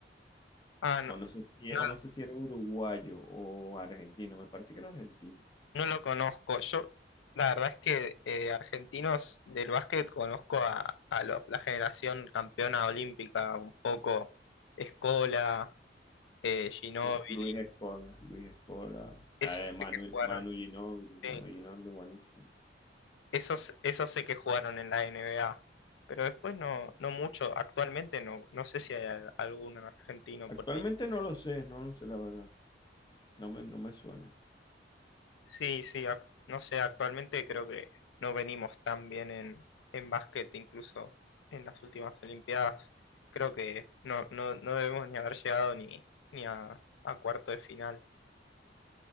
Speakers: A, on the left; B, on the left.
A: Ah, no,
B: O no sé si,
A: no,
B: o no sé si era uruguayo o argentino, me parece que era argentino.
A: no lo conozco. Yo, la verdad es que eh, argentinos del básquet conozco a, a los, la generación campeona olímpica, un poco Escola, eh, Ginóbili,
B: Lu- Luis Escola, Luis Escola,
A: esos
B: eh, Manu,
A: sé que jugaron,
B: Manu Ginóbili, Manu
A: sí,
B: Ginóbili, buenísimo.
A: esos, esos sé que jugaron en la NBA, pero después no, no mucho, actualmente no, no sé si hay al- algún argentino
B: Actualmente
A: por ahí.
B: no lo sé, no lo sé la verdad, no me, no me suena.
A: Sí, sí, ac- no sé, actualmente creo que no venimos tan bien en, en básquet, incluso en las últimas Olimpiadas. Creo que no, no, no debemos ni haber llegado ni, ni a, a cuarto de final.